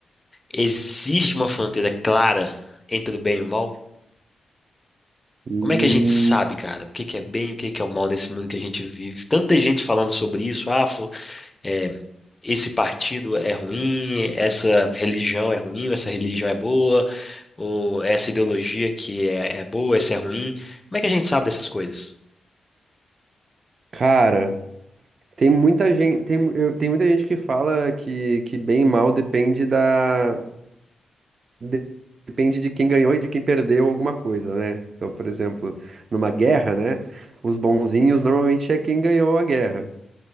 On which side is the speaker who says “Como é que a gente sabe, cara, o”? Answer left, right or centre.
Left